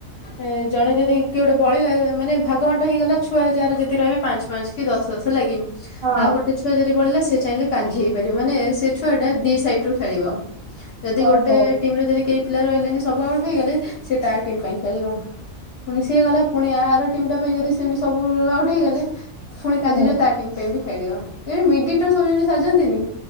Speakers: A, on the left; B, on the right.
A: ଏ ଜଣେ ଯଦି କିଏ ଗୋଟେ ବଳିଲା ମାନେ ଭାଗ ବାଣ୍ଟ ହେଇଗଲା ଛୁଆ ଯାହାର ଯେତିି ରହିବେ ପାଞ୍ଚ ପାଞ୍ଚ। କି ଦଶ ଦଶ ହେଲାକି।
B: ହଁ
A: ଆଉ ଗୋଟେ ଛୁଆ ଯଦି ବଢିଲା ସେ ଚାହିଁଲେ କାଞ୍ଜି ହେଇପାରିବ ସେ ଛୁଆ ଟା ଦି ସାଇଟ୍। ରୁ ଖେଳିବ ଯଦି
B: ଓ
A: ଗୋଟେ
B: ହଉ
A: ଟିମ ରେ ଯଦି କେହି ପିଲା ରହିଲେନି ସବୁ ଆଉଟ୍ ହେଇଗଲେ ସେ ତା ଟିମ୍ ପାଇଁ ଖେଳିବ। ପୁଣି ସିଏ ଗଲା ପୁଣି ଆର ଟିମ୍ ଟା ପାଇଁ ଯଦି ସେମିତି ସବୁ ଆଉଟ୍ ହେଇଗଲେ ପୁଣି କା
B: ହୁଁ
A: ଯଉ ତା ଟିମ ପାଇଁ ଖେଳିବ। ଜେମ୍ ମିଡିଏଟର ସବୁ ସାଜନ୍ତିନି।